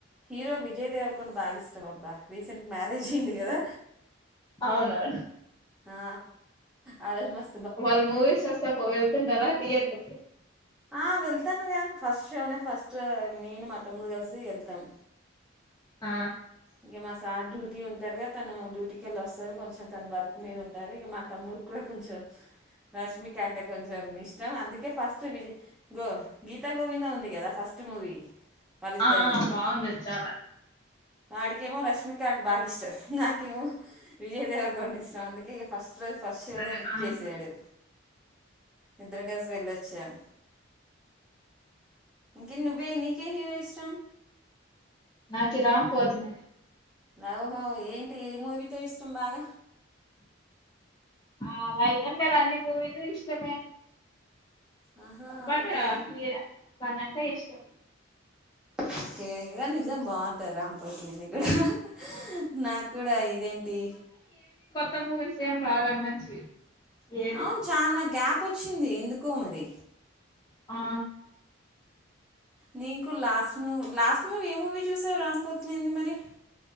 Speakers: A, in the centre; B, on the left.
A: హీరో విజయ్ దేవరకొండ బాగా ఇష్టం అబ్బా రీసెంట్గా మ్యారేజ్ అయింది కదా
B: అవునవును
A: ఆ ఆ రోజు మస్త్
B: వాళ్ళు మూవీస్ వస్తే పో వెళ్తుంటారా థియేటర్ కి
A: ఆ వెళ్తానుగా ఫస్ట్ షోనే ఫస్ట్ నేను మా తమ్ముడు కలిసి వెళ్తాం
B: ఆ
A: ఇంగా మా సార్ డ్యూటీ ఉంటారుగా తను డ్యూటీకి ఎల్లి వస్తారు కొంచెం తను వర్క్ మీద ఉంటారు ఇంగా మా తమ్ముడికి కూడా కొంచెం రష్మిక అంటే కొంచెం ఇష్టం అందుకే ఫస్ట్ విజయ్ గో గీతా గోవిందం ఉంది కదా ఫస్ట్ మూవీ వాళ్ళిద్దరిది
B: ఆ బాగుందది చాలా
A: వాడికేమో రష్మిక అంటే బాగా ఇష్టం నాకేమో విజయ్ దేవరకొండ ఇష్టం అందుకే ఇగ ఫస్ట్ రోజు ఫస్ట్ షో
B: సరే
A: నే బుక్
B: ఆ
A: చేసాడు ఇద్దరం కలిసి వెళ్ళొచ్చాం ఇంకే నువ్వే నీకే హీరో ఇష్టం
B: నాకి రామ్ పోతినేని
A: ఓహో ఏంటి ఏ మూవీతో ఇష్టం బాగా
B: ఆ అలా ఏం లేదు అన్ని మూవీలు ఇష్టమే
A: ఆహా
B: బట్
A: ఓకే
B: ఆ హి తనంటే ఇష్టం
A: ఓకే నిజం బాగుంటారు రామ్ పోతినేని కూడా హహ
B: ఆ
A: నాకు కూడా ఇదేంటి
B: త్త మూవీస్ ఏం రాలే మంచివి. ఏది
A: అవున్ చానా గ్యాప్ ప్పొచ్చింది ఎందుకో మరి.
B: ఆ
A: నీకు లాస్ట్ మూ లాస్ట్ మూవీ ఏ మూవీ చూసావు, రామ్ పోతినేనిది మరి.